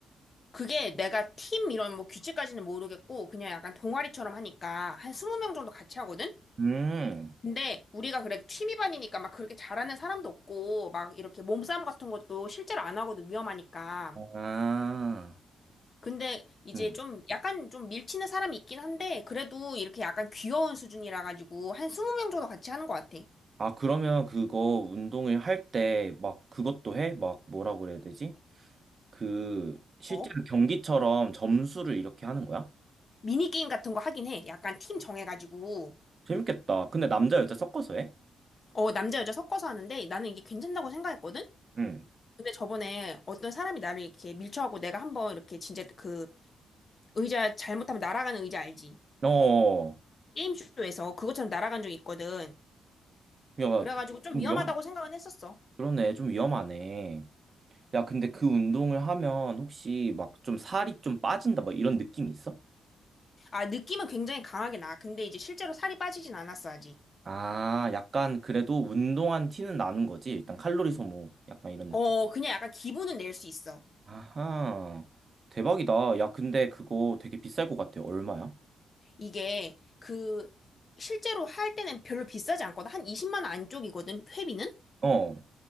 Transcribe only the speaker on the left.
그게 내가 팀 이런 뭐 규칙까지는 모르겠고 그냥 약간 동아리처럼 하니까 한 20명 정도 같이 하거든?
근데 우리가 그래도 취미반이니까 막 그렇게 잘하는 사람도 없고 막 이렇게 몸싸움 같은 것도 실제로 안 하거든 위험하니까.
근데 이제
좀 약간 좀 밀치는 사람이 있긴 한데 그래도 이렇게 약간 귀여운 수준이라 가지고 한 20명 정도 같이 하는 것 같아.
어?
미니게임 같은 거 하긴 해. 약간 팀 정해가지고.
어, 남자, 여자 섞어서 하는데 나는 이게 괜찮다고 생각했거든?
근데 저번에 어떤 사람이 나를 이렇게 밀쳐하고 내가 한번 이렇게 진짜 그 의자 잘못하면 날아가는 의자 알지?
게임쇼에서 그것처럼 날아간 적이 있거든.
그래가지고 좀
위험하다고
생각은 했었어.
아, 느낌은 굉장히 강하게 나. 근데 이제 실제로 살이 빠지진 않았어, 아직.
어,
그냥 약간 기분은 낼 수 있어.
이게 그 실제로 할 때는 별로 비싸지 않거든. 한 20만 원 안쪽이거든, 회비는?